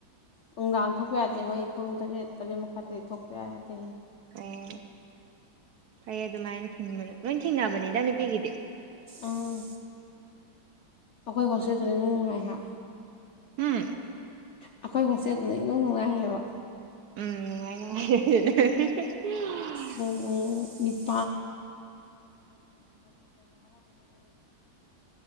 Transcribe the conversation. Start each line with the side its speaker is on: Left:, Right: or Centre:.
Left: ꯅꯨꯡꯗꯥꯡ ꯊꯣꯛꯄ ꯌꯥꯗꯦ ꯃꯣꯏ ꯄꯨꯡ ꯇꯔꯦꯠ ꯇꯔꯦꯠ ꯃꯈꯥꯢꯗꯩ ꯊꯣꯛꯄ ꯌꯥꯗꯦ
Right: ꯐꯩ ꯐꯩ ꯑꯗꯨꯃꯥꯏꯟ ꯊꯤꯡꯕ ꯂꯣꯏ ꯊꯤꯡꯅꯕꯅꯤꯗ ꯅꯨꯄꯤꯒꯤꯗꯤ
Left: ꯎꯝ ꯑꯩꯈꯣꯏ ꯍꯣꯁꯇꯦꯜꯗꯨꯅ ꯏꯅꯨꯡ ꯅꯨꯡꯉꯥꯏꯍꯥ
Right: ꯎꯝ
Left: ꯑꯩꯈꯣꯏ ꯍꯣꯁꯇꯦꯜꯗꯨꯅ ꯏꯅꯨꯡ ꯅꯨꯡꯉꯥꯏ ꯍꯥꯏꯕ
Right: ꯎꯝ ꯅꯨꯡꯉꯥꯢ <unintelligible>
Left: ꯄꯨꯡ <unintelligible>